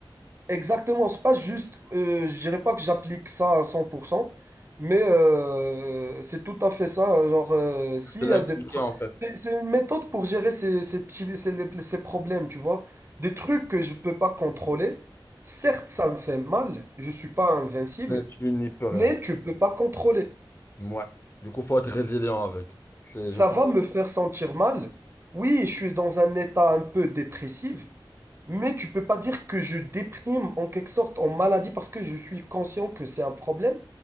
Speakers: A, on the right; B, on the left.
A: Exactement, c'est pas juste, euh, je dirais pas que j'applique ça à 100%, mais euh, c'est tout à fait ça. Genre, euh, s'il
B: C'est l'inculquer
A: y a des... pro-
B: en fait.
A: C'est c'est une méthode pour gérer ces, ces petits, ces, les- ces problèmes, tu vois. Des trucs que je peux pas contrôler, certes, ça me fait mal, je suis pas invincible,
B: Mais tu n'y peux rien.
A: mais tu peux pas contrôler.
B: Ouais. Du coup, faut être résilient avec. C'est,
A: Ça
B: je pense.
A: va me faire sentir mal. Oui, je suis dans un état un peu dépressif, Mais tu peux pas dire que je déprime en quelque sorte en maladie parce que je suis conscient que c'est un problème.